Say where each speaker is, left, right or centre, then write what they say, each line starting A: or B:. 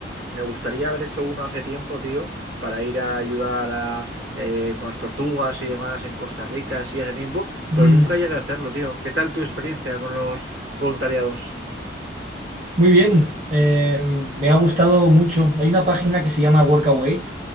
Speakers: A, on the right; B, on the right.
A: me gustaría haber hecho uno hace tiempo, tío, para ir a ayudar a, eh, con las tortugas y demás en Costa Rica, así hace tiempo,
B: mm.
A: pero nunca llegué a hacerlo, tío. ¿Qué tal tu experiencia con los voluntariados?
B: Muy bien, eh, me ha gustado mucho. Hay una página que se llama Workaway